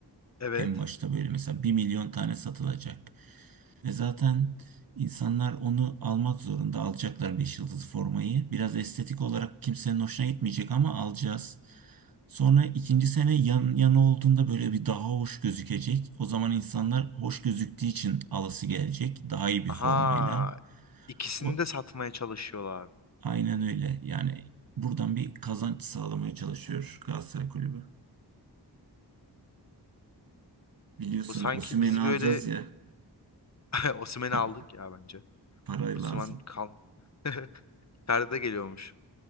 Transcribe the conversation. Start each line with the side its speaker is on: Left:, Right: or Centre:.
Left: Evet.
Right: En başta böyle mesela bir milyon tane satılacak. Ve zaten insanlar onu almak zorunda. Alacaklar 5 yıldızlı formayı. Biraz estetik olarak kimsenin hoşuna gitmeyecek ama alacağız. Sonra ikinci sene yan yana olduğunda böyle bir daha hoş gözükecek. O zaman insanlar hoş gözüktüğü için alası gelecek. Daha iyi bir
Left: Aha.
Right: formayla.
Left: İkisini
Right: O,
Left: de satmaya çalışıyorlar.
Right: aynen öyle. Yani buradan bir kazanç sağlamaya çalışıyor Galatasaray Kulübü. Biliyorsun
Left: O sanki
Right: Osimhen'i
Left: bizi
Right: alacağız
Left: böyle
Right: ya.
Left: <laughs> Osimhen'i
Right: Pa-
Left: aldık ya bence.
Right: para
Left: Osimhen
Right: lazım.
Left: kal. <laughs> Ferdi geliyormuş.